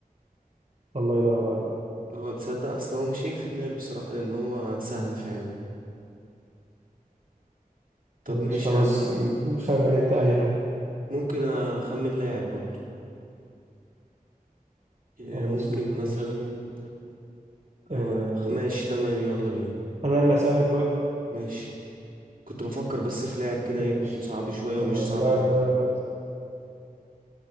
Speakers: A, on the right (about 50°); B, on the right (about 70°).
A: الله ينور عليك
B: اه تصدق اصل هو مش هيجي في دماغي بصراحة لان هو سهل فعلا طب
A: ماشي
B: ماشي
A: خلاص
B: يا عم انا
A: خمن انت أي حاجة
B: ممكن اخمن لاعب برضو إيه،
A: خلاص
B: ممكن مثلا
A: ماشي
B: آه،
A: آه،
B: خ- ماشي تمام يلا بينا
A: أنا اللي هسألك بقى
B: ماشي كنت بفكر بس في لاعب كده يكون
A: ماشي
B: صعب شوية ومش
A: آه،
B: صعب
A: اللاعب
B: اوي
A: ده